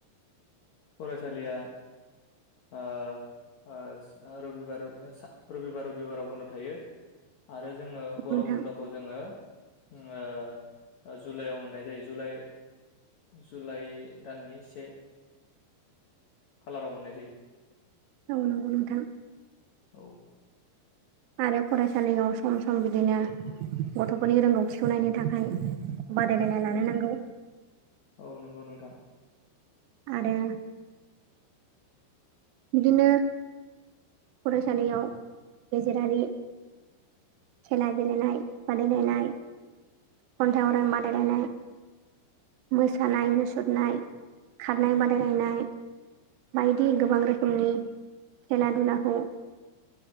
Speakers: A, on the left (about 70°); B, on the right (about 80°).
A: फरायसालिया ओ ओ रबिबार रबिबार रबिबाराव बन्द' थायो आरो। जोङो गरम
B: नोंथां
A: बन्दखौ जोङो। ओ जुलाइयाव मोननाय जायो जुलाइ जुलाइ दाननि से। ए कालाराव मोननाय जायो।
B: औ नोंगौ नोंथां।
A: औ
B: आरो फरायसालियाव सम सम बिदिनो। गथ'फोरनि रोंगौथिखौ नायनो थाखाय बादायलायनाय लानो नांगौ।
A: औ नोंगौ नोंथां।
B: आरो। बिदिनो फरायसालियाव गेजेरारि। खेला गेलेनाय बादायलायनाय। कन्थाय आवरायनाय बादायलायनाय। मोसानाय मुसुरनाय खारनाय बादायलायनाय। बायदि गोबां रोखोमनि खेला दुलाखौ।